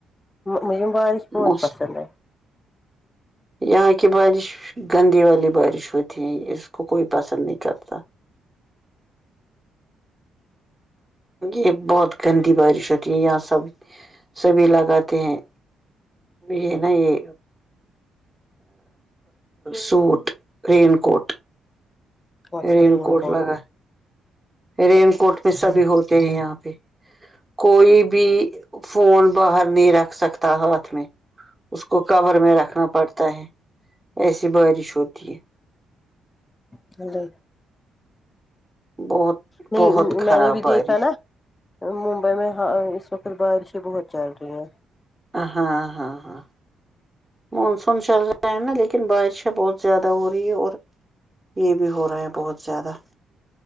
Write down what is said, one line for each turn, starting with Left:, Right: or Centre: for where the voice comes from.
Left: مجھے بارش بہت
Right: موسم
Left: پسند ہے
Right: یہاں کی بارش گندی والی بارش ہوتی ہے اس کو کوئی پسند نہیں کرتا یہ بہت گندی بارش ہوتی ہے یہاں سب سبھی لگاتے ہیں یہ نا یہ سوٹ رین کوٹ
Left: اچھا
Right: رین کوٹ
Left: کو
Right: لگا رین کوٹ میں سبھی ہوتا ہیں یہاں پہ کوئی بھی فون باہر نہیں رکھ سکتا ہاتھ میں اس کو کور میں رکھنا پڑتا ہے ایسی بارش ہوتی ہے
Left: <inaudible>
Right: ہے بہت
Left: نہیں
Right: بہت خراب
Left: میں نے بھی
Right: بارش
Left: دیکھا نا ممبئی میں ہ اس وقت بارشیں بہت چل رہی ہیں
Right: ہاں ہاں ہاں مانسون چل رہے ہیں نا لیکن بارشیں بہت زیادہ ہو رہی ہے اور یہ بھی ہو رہا ہے بہت زیادہ